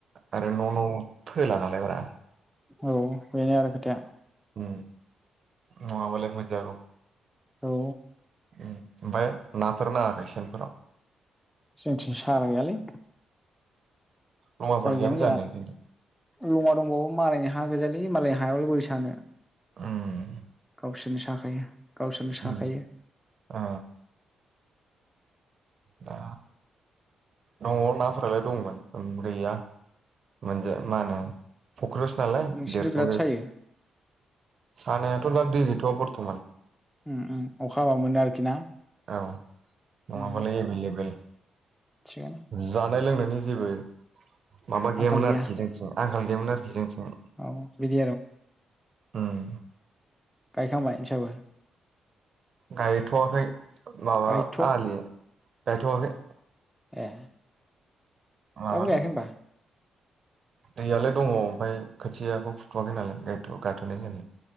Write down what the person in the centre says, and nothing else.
औ बेनो आरो खोथाया।
औ।
जोंनिथिं साग्रा गैयालै।
जायगायानो
जाया।
लङा दंबावो मालायनि हा गोजालि। मालायनि हायावलाय बोरै सानो।
गावसोरनो साखायो गावसोरनो साखायो।
नोंसिनिथ'
बिराद सायो
उम उम अखा हाबा मोनो आरोखि ना?
उम
थिगानो।
आंखाल
गैया
औ बिदि
गाइखांबाइ नोंसाबो?
गायथ'
ए-
दाबो गायाखै
होनबा